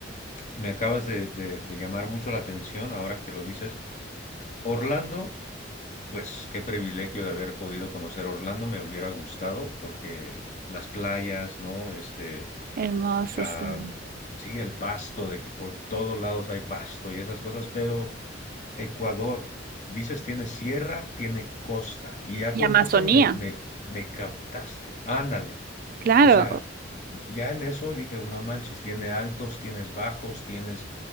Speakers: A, on the left (about 40°); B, on the right (about 50°).
A: me acabas de, de de llamar mucho la atención ahora que lo dices. Orlando Pues qué privilegio de haber podido conocer Orlando, me hubiera gustado porque las playas, ¿no? Este,
B: Hermoso,
A: am,
B: sí.
A: sí, el pasto, de que por todos lados hay pasto y esas cosas, pero Ecuador, dices, tiene sierra, tiene costa, y ya
B: Y
A: con
B: Amazonía.
A: eso me, me, me captaste, ándale,
B: Claro,
A: o sea, ya en eso dije, no manches, tiene altos, tienes bajos, tienes